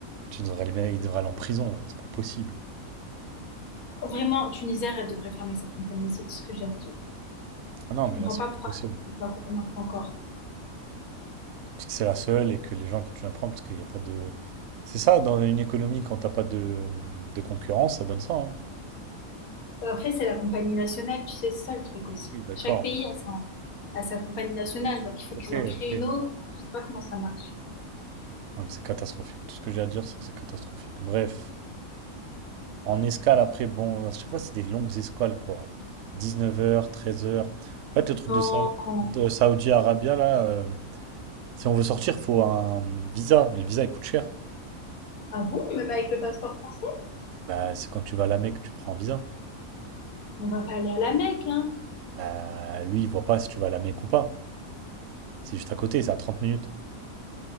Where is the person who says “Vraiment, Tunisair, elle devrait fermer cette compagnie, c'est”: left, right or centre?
Left